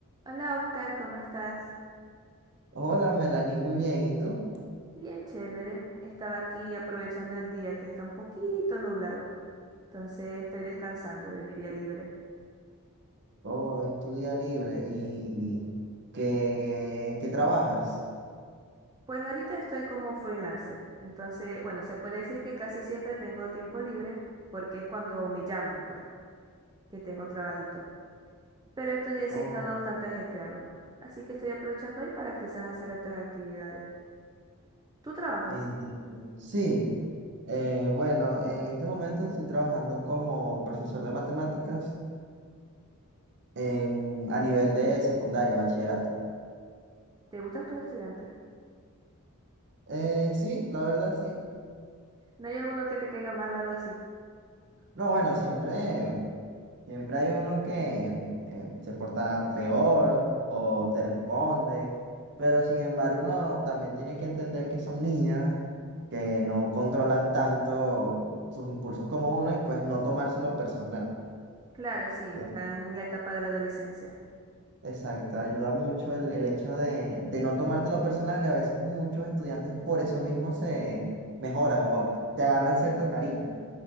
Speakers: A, on the right; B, on the right.
A: Hola Oscar, ¿cómo estás?
B: Hola Melanie, muy bien. ¿Y tú?
A: Bien chévere. Estaba aquí aprovechando el día que está un poquito nublado. Entonces estoy descansando de mi día libre.
B: Oh, estudia libre. ¿Y qué, qué trabajas?
A: Pues ahorita estoy como freelancer. Entonces, bueno, se puede decir que casi siempre tengo tiempo libre porque es cuando me llaman, pues, que tengo trabajito. Pero estos días
B: Oh,
A: sí he estado bastante ajetreado. Así que estoy aprovechando hoy para quizás hacer otras actividades. ¿Tú trabajas?
B: entiendo. Sí, eh, bueno, en este momento estoy trabajando como profesor de matemáticas en,
A: Mm,
B: a nivel de secundaria, bachillerato.
A: ¿Te gustan tus estudiantes? <laughs>
B: Eh, sí, la verdad sí.
A: ¿No hay alguno que te caiga mal o algo así?
B: No, bueno, siempre, siempre hay uno que, que se porta peor o te responde, pero sin embargo uno también tiene que entender que son niñas, que no controlan tanto sus impulsos como uno y pues no tomárselo personal.
A: Claro, sí,
B: Entonces,
A: están en la etapa de la adolescencia.
B: exacto, ayuda mucho el, el hecho de, de no tomártelo personal y a veces muchos estudiantes por eso mismo se mejoran o te agarran cierto cariño.